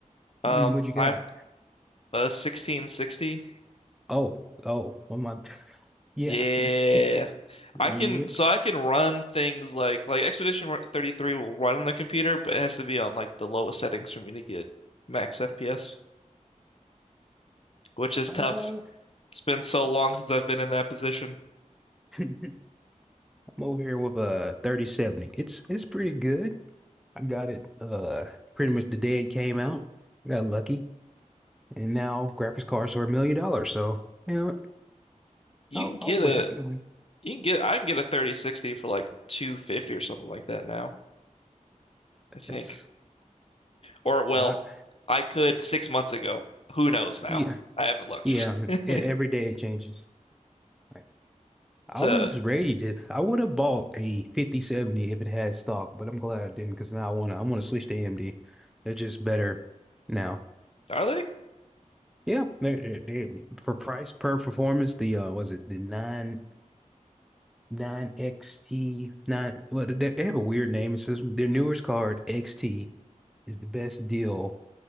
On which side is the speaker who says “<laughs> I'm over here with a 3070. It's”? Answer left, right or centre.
Centre